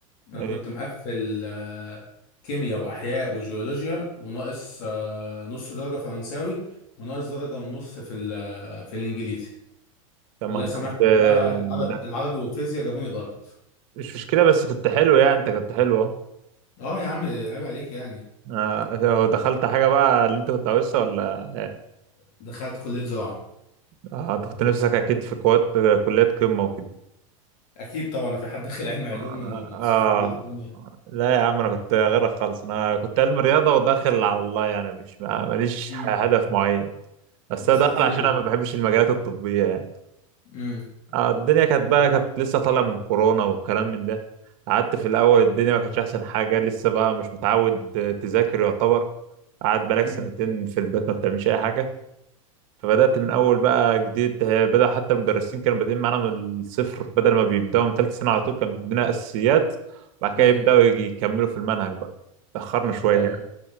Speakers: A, on the left; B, on the right.
A: انا
B: ايه
A: كنت مقفل آه، كيمياء واحياء وجيولوجيا وناقص آه، نص درجه فرنساوي وناقص درجه ونص في ال- آه، في الانجليزي
B: طب
A: الله
B: ما انت
A: يسامحهم
B: كنت
A: بقى العرب
B: لا
A: العربي والفيزياء جابوني الارض
B: مش مشكلة بس كنت حلو يعني انت كنت حلو اهو
A: اه يا عم عيب عليك يعني
B: آه، هو دخلت حاجة بقى اللي انت كنت عاوزها ولا
A: دخلت كليه زراعه
B: آه، انت كنت نفسك اكيد في كوات كليات قمة وكده
A: اكيد طبعا ما في حد داخل علم علوم
B: آه.
A: من
B: آه.
A: مستشفى كليات قمه
B: لا يا عم انا كنت غيرك خالص انا كنت علم رياضة وداخل على الله يعني مش ما- ماليش
A: امم
B: هدف معين بس
A: دخلت
B: انا داخل
A: ايه
B: عشان انا ما بحبش المجالات الطبية يعني
A: امم
B: آه، الدنيا كانت بقى كانت لسه طالعة من كورونا والكلام من ده قعدت في الاول الدنيا ما كانتش احسن حاجة لسه بقى مش متعود تذاكر يعتبر قعدت بقالك
A: امم
B: سنتين في البيت ما بتعملش اي حاجه فبدات من اول بقى جديد آه، بدا حتى المدرسين كانوا بادئين معانا من الصفر بدل ما بيبداوا من ثالث سنه على طول كانوا بيدينا اساسيات وبعد كده
A: امم
B: يبداوا يجي- يكملوا في المنهج بقى تاخرنا شويه
A: اه
B: يعني.